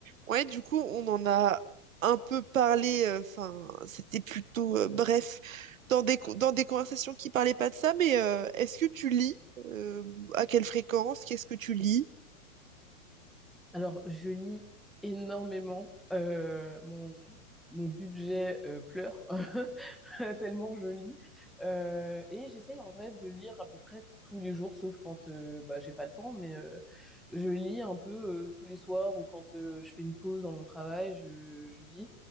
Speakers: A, on the right; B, in the centre.
A: Ouais, du coup, on en a un peu parlé, euh, enfin, c'était plutôt euh, bref, dans des, co- dans des conversations qui parlaient pas de ça, mais euh, est-ce que tu lis? Euh, à quelle fréquence? Qu'est-ce que tu lis?
B: Alors, je lis énormément. Euh, mon, mon budget euh, pleure <laughs> tellement je lis. Euh, et j'essaye en vrai de lire à peu près tous les jours, sauf quand euh, bah, j'ai pas le temps. Mais euh, je lis un peu euh, tous les soirs ou quand euh, je fais une pause dans mon travail, je, je lis.